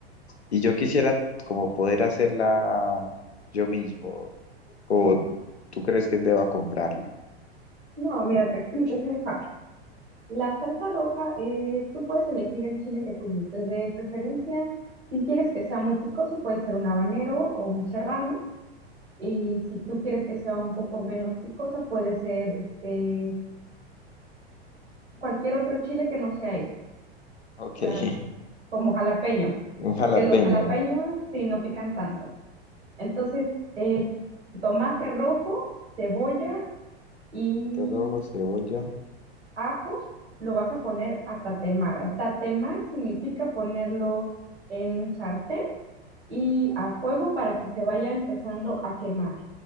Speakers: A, on the left (about 80°); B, on the right (about 80°).
A: y yo quisiera como poder hacerla yo mismo. ¿O tú crees que deba comprarla?
B: No, mira, te explico, es muy fácil. La salsa roja, eh, tú puedes elegir el chile que tú gustes de preferencia. Si quieres que sea muy picoso, puede ser un habanero o un serrano. Y si tú quieres que sea un poco menos picosa, puede ser este, cualquier otro chile que no sea ese. o
A: Ok,
B: sea
A: <laughs>
B: como jalapeño,
A: un jalapeño,
B: porque los jalapeños sí no pican tanto. Entonces, eh, tomate rojo, cebolla y
A: tomate rojo, cebolla,
B: ajo lo vas a poner a tatemar. Tatemar significa ponerlo en un sartén y a fuego para que se vaya empezando a quemar,